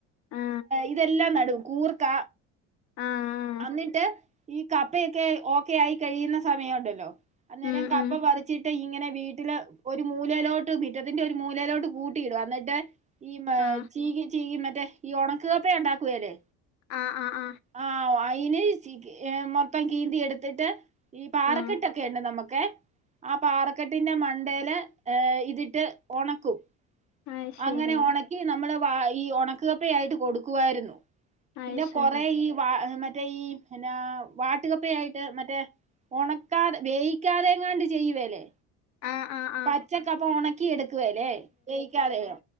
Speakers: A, on the left; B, on the right.
A: ആ
B: ഇതെല്ലാം നടും കൂർക്ക
A: ആഹ്
B: അന്നിട്ട് ഈ കപ്പയൊക്കെ ഓക്കെ ആയി കഴിയുന്ന സമയുണ്ടല്ലോ അന്നേരം
A: ഉം
B: കപ്പ
A: ഉം
B: പറിച്ചിട്ട് ഇങ്ങനെ വീട്ടില് ഒരു മൂലയിലോട്ട് മിറ്റത്തിന്റെ ഒരു മൂലയിലോട്ട് കൂട്ടിയിടും അന്നിട്ട് ഈ മ
A: ആ
B: ചീകി ചീകി മറ്റേ ഈ ഒണക്ക്‌ കപ്പയുണ്ടാക്കുവേലെ
A: ആഹ് ആഹ് ആഹ്
B: ആ അയിന് ചീകി മൊത്തം കീന്തി എടുത്തിട്ട് ഈ പാറക്കെട്ടൊക്കെയുണ്ട്
A: ആ
B: നമ്മക്കെ ആ പാറക്കെട്ടിന്റെ മണ്ടേല് ഇതിട്ട് ഒണക്കും
A: അത് ശരി
B: അങ്ങനെ ഉണക്കി നമ്മള് വ ഈ ഉണക്കു കപ്പ ആയിട്ട് കൊടുക്കുവായിരുന്നു
A: അത്
B: പിന്നെ
A: ശരി
B: കൊറെ ഈ വ മറ്റേ ഈ എന്നാ വാട്ടുകപ്പയായിട്ട് മറ്റേ ഒണക്കാതെ വേയിക്കാതെയെങ്ങാണ്ട് ചെയ്യുവേലെ
A: ആ ആ ആ
B: പച്ചക്കപ്പ ഒണക്കി എടുക്കുവേലെ വേയിക്കാതെ